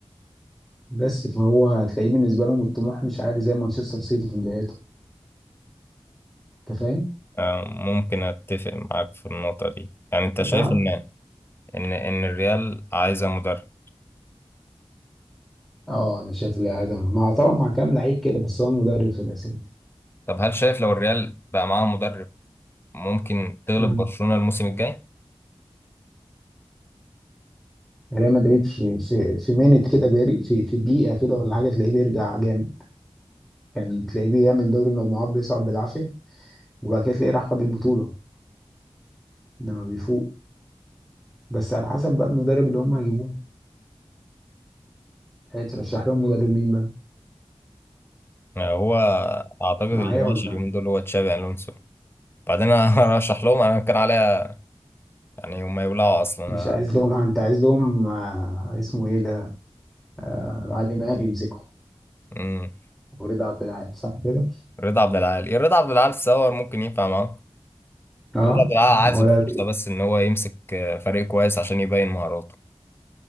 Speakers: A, in the centre; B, on the left.
A: بس فهو هتلاقيه بالنسبه لهم الطموح مش عالي زي مانشستر سيتي في بداياته انت فاهم؟
B: آه، ممكن اتفق معاك في النقطة دي يعني انت شايف
A: اه
B: ان ان ان الريال عايزة مدرب
A: اه انا شايف العزم مع طبعا مع كام لعيب كده بس هو المدرب في الاساس
B: طب هل شايف لو الريال بقى معاه مدرب ممكن تغلب
A: مم.
B: برشلونة الموسم الجاي؟
A: ريال مدريد في في في مينت كده بير... في في دقيقه كده ولا حاجه تلاقيه بيرجع جامد كان تلاقيه بيعمل دوري المجموعات بيصعد بالعافيه وبعد كده تلاقيه راح خد البطوله لما بيفوق بس على حسب بقى المدرب اللي هم هيجيبوه هيترشح لهم مدرب مين بقى
B: آه، هو اعتقد اللي
A: معايا ولا
B: ماشي اليومين دول هو تشابي الونسو بعدين انا <laughs> ارشح لهم انا كان عليا يعني هم يولعوا اصلا
A: مش عايز لهم انت عايز لهم آه اسمه ايه ده آه علي ماهر يمسكه
B: أمم.
A: ورضا عبد العال صح كده
B: <laughs> رضا عبد العال إيه، رضا عبد العال تصور ممكن ينفع معاه
A: اه
B: رضا عبد العال عايز
A: ولا
B: الفرصه بس ان هو يمسك آه، فريق كويس عشان يبين مهاراته